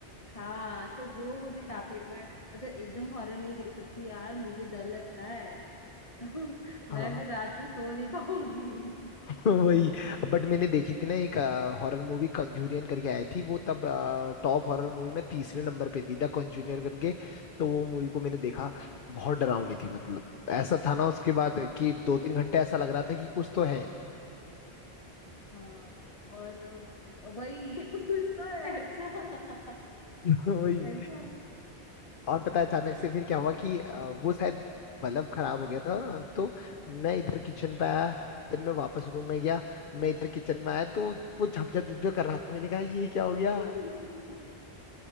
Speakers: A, on the left; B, on the left.
A: हाँ तो वो मुझे काफी मैं मतलब एकदम हॉरर नहीं देख सकती यार मुझे डर लगता है <laughs> मैं
B: हाँ
A: फिर रात को सो नहीं पाऊंगी
B: <laughs> वही बट मैंने
A: <laughs>
B: देखी थी ना एक हॉरर मूवी कंजूरियन करके आई थी वो तब टॉप हॉरर मूवी में तीसरे नंबर पे थी द कंजूरियन करके तो वो मूवी को मैंने देखा बहुत डरावनी थी मतलब ऐसा था ना उसके बाद कि दो तीन घंटे ऐसा लग रहा था कि कुछ तो है
A: हाँ और वही <laughs> कुछ तो है अच्छा
B: <laughs> वही
A: ऐसा
B: और पता है अचानक से
A: <laughs>
B: फिर क्या हुआ कि अ,
A: हाँ
B: वो शायद बल्ब खराब हो गया था तो मैं इधर किचन पे आया देन मैं वापस रूम में गया मैं इधर किचन में आया तो वो झप झप झप झप कर रहा था मैंने कहा ये क्या हो गया
A: <laughs>